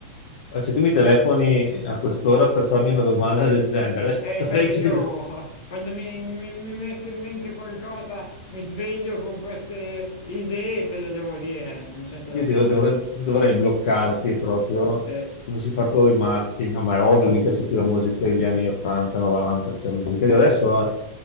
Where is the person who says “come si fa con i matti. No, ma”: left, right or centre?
Left